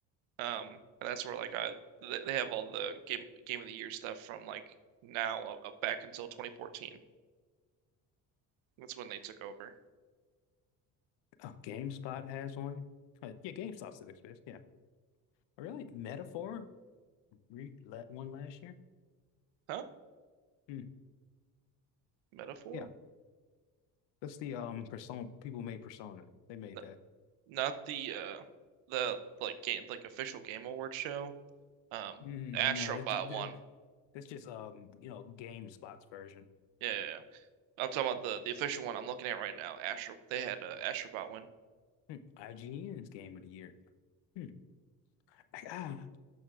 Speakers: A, on the right; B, on the left.
A: Um, and that's where like I th- they have all the game game of the year stuff from like now up up back until 2014. That's when they took over.
B: Oh, GameSpot has one. Uh, yeah, GameStop still exists. Yeah, really? Metaphor re la one last year.
A: Huh?
B: Hmm.
A: Metaphor?
B: Yeah, that's the um Persona people made Persona. They made
A: No,
B: that.
A: not the uh the like game like official game award show. Um,
B: Mm,
A: Astrobot
B: no, that's just,
A: won.
B: that's just um you know GameSpot's version.
A: Yeah, yeah, yeah. I'm talking about the the official one I'm looking at right now. Astro they had uh, Astrobot win.
B: Hmm. IGN's game of the year. Hmm. I, ah,